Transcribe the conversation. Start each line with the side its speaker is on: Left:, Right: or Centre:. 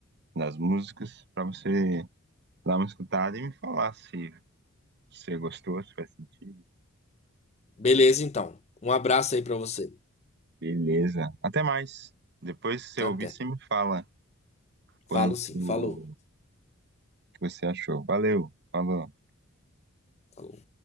Right: das músicas pra você dar uma escutada e me falar se você gostou, se faz sentido.
Left: Beleza, então. Um abraço aí pra você.
Right: Beleza. Até mais. Depois, se você ouvir,
Left: Até.
Right: você me fala quanto
Left: Falo sim. Falou.
Right: que você achou. Valeu, falou.
Left: Falou.